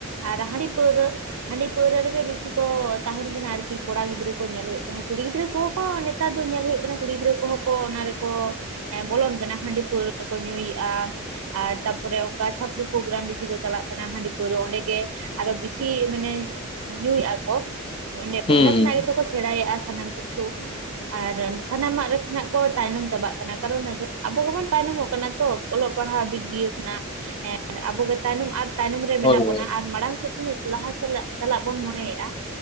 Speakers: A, on the right; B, on the left.
A: ᱟᱨ ᱦᱟᱺᱰᱤ ᱯᱟᱹᱣᱨᱟᱹ ᱦᱟᱺᱰᱤ ᱯᱟᱹᱣᱨᱟᱹ ᱨᱮᱜᱮ ᱵᱮᱥᱤ ᱠᱚ ᱛᱟ ᱛᱟᱦᱮᱱ ᱠᱟᱱᱟ ᱟᱨᱠᱤ ᱠᱚᱲᱟ ᱜᱤᱫᱽᱨᱟᱹ ᱠᱚ ᱧᱮᱞ ᱦᱩᱭᱩᱜ ᱠᱟᱱᱟ ᱠᱩᱲᱤ ᱜᱤᱫᱽᱨᱟᱹ ᱠᱚᱦᱚᱸ ᱠᱚ ᱱᱮᱛᱟᱨ ᱫᱚ ᱧᱮᱞ ᱦᱩᱭᱩᱜ ᱠᱟᱱᱟ ᱠᱩᱲᱤ ᱜᱤᱫᱽᱨᱟᱹ ᱠᱚᱦᱚᱸ ᱠᱚ ᱚᱱᱟ ᱨᱮᱠᱚ ᱮ ᱵᱚᱞᱚᱱ ᱠᱟᱱᱟ ᱦᱟᱺᱰᱤ ᱯᱟᱹᱣᱨᱟᱹ ᱠᱚ ᱧᱩ ᱭᱮᱜ-ᱟ ᱟᱨ ᱛᱟᱯᱚᱨᱮ ᱚᱱᱠᱟ ᱪᱷᱟᱹᱯᱲᱤ ᱯᱨᱳᱜᱨᱟᱢ ᱵᱮᱥᱤ ᱠᱚ ᱪᱟᱞᱟᱜ ᱠᱟᱱᱟ ᱦᱟᱺᱰᱤ ᱯᱟᱹᱣᱨᱟᱹ ᱚᱸᱰᱮ ᱜᱮ ᱟᱨᱚ ᱵᱮᱥᱤ ᱢᱟᱱᱮ ᱧᱩᱭᱮᱫ-ᱟ ᱠᱚ ᱚᱸᱰᱮ
B: ᱦᱩᱸ
A: ᱠᱷᱚᱱᱟᱜ
B: ᱦᱩᱸ
A: ᱜᱮᱛᱚ ᱠᱚ ᱥᱮᱬᱟᱭᱮᱜ-ᱟ ᱥᱮ ᱥᱟᱱᱟᱢ ᱠᱤᱪᱷᱩ ᱟᱨ ᱥᱟᱱᱟᱢ ᱟᱜ ᱱᱟᱜ ᱠᱚ ᱛᱟᱭᱱᱚᱢ ᱪᱟᱵᱟᱜ ᱠᱟᱱᱟ ᱠᱟᱨᱚᱱ ᱟᱵᱚ ᱜᱮᱵᱚᱱ ᱛᱟᱭᱱᱚᱢ ᱛᱟᱭᱱᱚᱢ ᱚᱜ ᱠᱟᱱᱟ ᱛᱚ ᱚᱞᱚᱜ ᱯᱟᱲᱦᱟᱜ ᱫᱤᱠ ᱫᱤᱭᱮ ᱠᱷᱚᱱᱟᱜ ᱟᱵᱚ ᱜᱮ ᱛᱟᱭᱱᱚᱢ ᱟᱨ ᱛᱟᱭᱱᱚᱢ ᱨᱮ ᱢᱮᱱᱟᱜ
B: ᱦᱳᱭ
A: ᱵᱚᱱᱟ
B: ᱦᱳᱭ
A: ᱟᱨ ᱢᱟᱲᱟᱝ ᱥᱮᱫ ᱞᱟᱦᱟ ᱪᱟᱞᱟᱜ ᱵᱚᱱ ᱢᱚᱱᱮᱭᱮᱜ-ᱟ